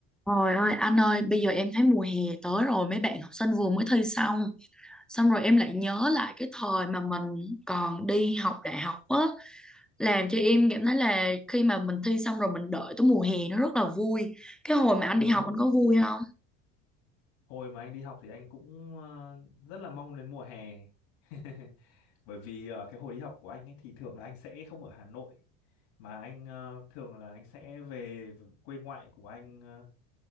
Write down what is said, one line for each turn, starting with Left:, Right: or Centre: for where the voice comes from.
Centre: Trời ơi anh ơi bây giờ em thấy mùa hè tới rồi mấy bạn học sinh vừa mới thi xong xong rồi em lại nhớ lại cái thời mà mình còn đi học đại học á làm cho em cảm thấy là khi mà mình thi xong rồi mình đợi tới mùa hè nó rất là vui cái hồi mà anh
Left: Ừ.
Centre: đi học anh có vui không
Left: Hồi mà anh đi học thì anh cũng ờ, rất là mong đến mùa hè. <laughs> Bởi vì ờ, cái hồi đi học của anh ấy thì thường là anh sẽ không ở Hà Nội mà anh ờ, thường là anh sẽ về v- quê ngoại của anh ờ,